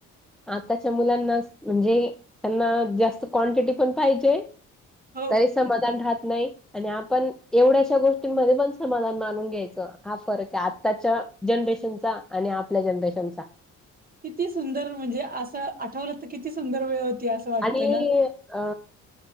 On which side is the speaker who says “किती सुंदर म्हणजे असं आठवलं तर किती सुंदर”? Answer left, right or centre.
Right